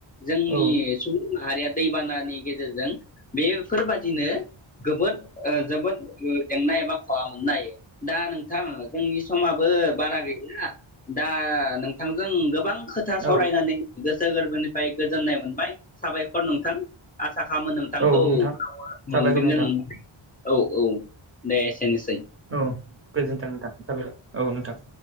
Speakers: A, on the left (about 20°); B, on the right (about 30°).
A: जोंनि
B: औ
A: सुबुं माहारिया दैबानानि गेजेरजों बेफोरबादिनो गोबोद ओ जोबोद जेंना एबा खहा मोननो हायो दा नोंथां जोंनि समाबो बारा गैला दा नोंथांजों गोबां खोथा
B: औ
A: सावरायनानै गो गोसो गोरबोनिफ्राय गोजोननाय मोनबाय साबायखर नोंथां आ थाखामोन नोंथांखौ
B: औ नोंथां
A: उनाव
B: साबायखर
A: मोनफिनगोन
B: नोंथां
A: होननानै औ औ दे एसेनोसै
B: औ गोजोनथों नोंथां जाबाय औ नोंथां